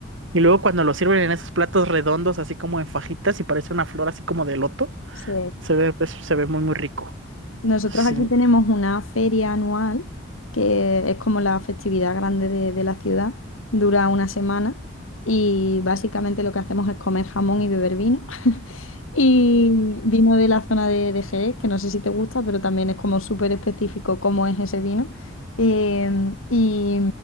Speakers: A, on the right (about 65°); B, on the left (about 80°).
A: Y luego cuando lo sirven en esos platos redondos, así como en fajitas, y parece una flor así como de loto,
B: Sí.
A: se ve, pues, se ve muy muy rico.
B: Nosotros
A: Sí.
B: aquí tenemos una feria anual, que es como la festividad grande de, de la ciudad, dura una semana y básicamente lo que hacemos es comer jamón y beber vino. <laughs> Y vino de la zona de, de Jerez, que no sé si te gusta, pero también es como súper específico cómo es ese vino. Eh, y,